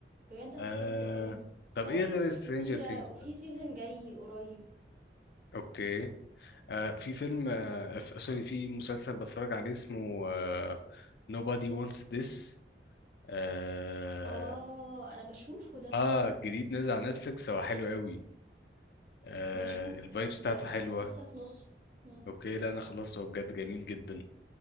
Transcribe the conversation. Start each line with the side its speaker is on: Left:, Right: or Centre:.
Right: بجد هتحبه
Left: آه
Right: أوي،
Left: طب
Right: بس هو
Left: ايه
Right: seasons
Left: غير سترينجر
Right: كتيرة
Left: ثينجز
Right: وفي
Left: طيب
Right: season جاي قريب.
Left: اوكي آه، في فيلم آه، ف- سوري في مسلسل بتفرج عليه اسمه آه، Nobody Wants This اه
Right: آه أنا باشوفه ده،
Left: آه، جديد نازل على نتفليكس هو حلو قوي آه
Right: باشوفه
Left: الفايبس بتاعته
Right: ب يعني
Left: حلوة
Right: لسه في نُصّه، إمم،
Left: اوكي لا انا خلصته هو بجد جميل جدا